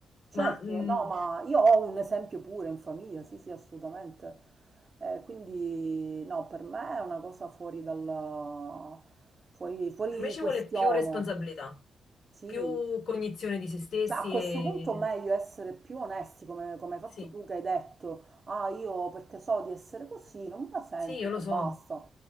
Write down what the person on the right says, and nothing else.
certo,
no, ma io ho un esempio pure in famiglia, sì, sì, assolutamente. Eh, quindi, no, per me è una cosa fuori dalla, fuori, fuori
questione,
sì,
Cioè, a questo
punto meglio essere più onesti, come, come hai fatto
tu che hai detto, ah, io perché so di essere così, non me la sento
e
basta.